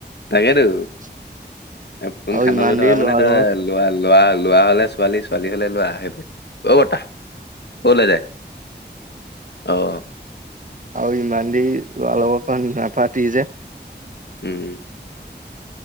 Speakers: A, on the left (about 70°); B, on the right (about 45°).
A: তাকেতো।
B: <unintelligible>
A: ফোন
B: আৰু
A: কাণলৈ
B: ইমান
A: থকা
B: দেৰি
A: মানে
B: ল'ৰাৰ
A: তাৰ
B: লগত
A: লোৱা লোৱা লোৱা হলে ছোৱালী ছোৱালী হলে লোৱা সেইটোৱে। অ বতাহ ক'লে যায় অহ।
B: আৰু ইমান দেৰি অলপমান নাপাতি যে।
A: উম